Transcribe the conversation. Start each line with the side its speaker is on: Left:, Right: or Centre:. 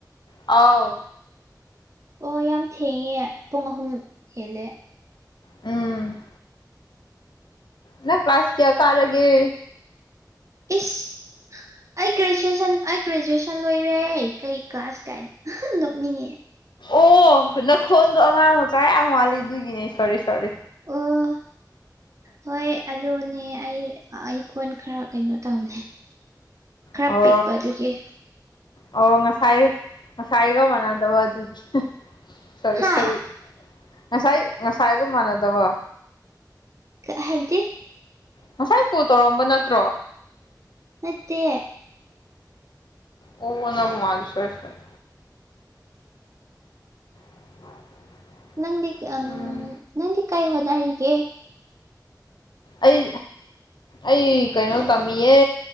Left: ꯑꯧ
Right: ꯑꯣ ꯌꯥꯝ ꯊꯦꯡꯉꯦ ꯄꯨꯡ ꯑꯍꯨꯝ ꯍꯦꯜꯂꯦ
Left: ꯎꯝ ꯅꯪ ꯀ꯭ꯂꯥꯁ ꯀꯌꯥ ꯀꯥꯔꯒꯦ
Right: ꯏꯁ ꯑꯩ ꯒ꯭ꯔꯦꯖꯨꯑꯦꯁꯟ ꯑꯩ ꯒ꯭ꯔꯦꯖꯨꯑꯦꯁꯟ ꯂꯣꯏꯔꯦ ꯀꯩ ꯀ꯭ꯂꯥꯁ ꯀꯥꯏꯅ ꯅꯣꯛꯅꯤꯡꯉꯦ
Left: ꯑꯣ ꯅꯈꯣꯟꯗꯣ ꯑꯉꯥꯡ ꯃꯆꯥ ꯌꯥꯝ ꯃꯥꯟꯂꯤ ꯑꯗꯨꯒꯤꯅꯦ ꯁꯣꯔꯤ ꯁꯣꯔꯤ
Right: ꯑꯣ ꯍꯣꯏ ꯑꯗꯨꯅꯦ ꯑꯩ ꯑꯩ ꯈꯣꯟ ꯈꯔ ꯀꯩꯅꯣ ꯇꯧꯕꯅꯦ ꯈꯔ
Left: ꯑꯣ
Right: ꯄꯤꯛꯄ ꯑꯗꯨꯒꯤ
Left: ꯑꯣ ꯉꯁꯥꯏ ꯉꯁꯥꯏꯒ ꯃꯥꯟꯅꯗꯕ ꯑꯗꯨꯒꯤ ꯁꯣꯔꯤ
Right: ꯍꯥ
Left: ꯁꯣꯔꯤ ꯉꯁꯥꯏ ꯉꯁꯥꯏꯒꯨꯝ ꯃꯥꯟꯅꯗꯕ
Right: ꯀ ꯍꯥꯏꯕꯗꯤ
Left: ꯉꯁꯥꯏ ꯀꯣꯜ ꯇꯧꯔꯛꯑꯝꯕ ꯅꯠꯇ꯭ꯔꯣ
Right: ꯅꯠꯇꯦ
Left: ꯑꯣ ꯑꯣꯟꯅꯕ ꯃꯥꯜ ꯁꯣꯏꯔꯦ ꯁꯣꯏꯔꯦ <inaudible>
Right: ꯅꯪꯗꯤ
Left: ꯎꯝ
Right: ꯑꯝ ꯅꯪꯗꯤ ꯀꯩ ꯍꯣꯠꯅꯔꯤꯒꯦ
Left: ꯑꯩ ꯑꯩ ꯀꯩꯅꯣ ꯇꯝꯃꯤꯌꯦ